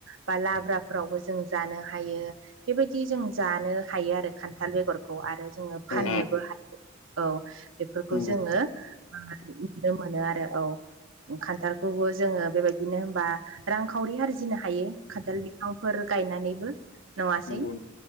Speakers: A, on the right; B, on the left.
A: बा लाब्राफोरावबो जों जानो हा यो बेबायदि जों जानो हायो आरो खान्थाल बेगर खौ आरो जोङो
B: औ
A: फाननोबो हायो औ बेफोरखौ
B: नंगौ
A: जोङो नुनो मोनो आरो औ खान्थालखौबो जोङो बेबायदिनो होनबा रांखावरि आरजिनो हायो खान्थाल बिफांफोर गायनानैबो। नङासै
B: नंगौ